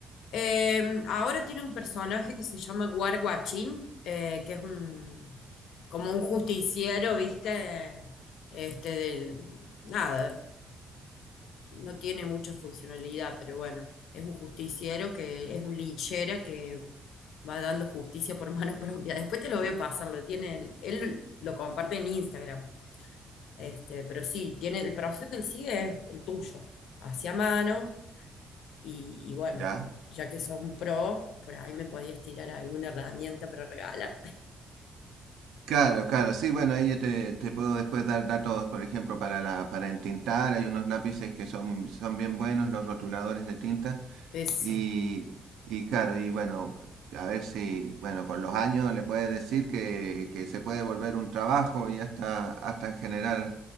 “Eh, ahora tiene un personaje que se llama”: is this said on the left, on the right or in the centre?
Left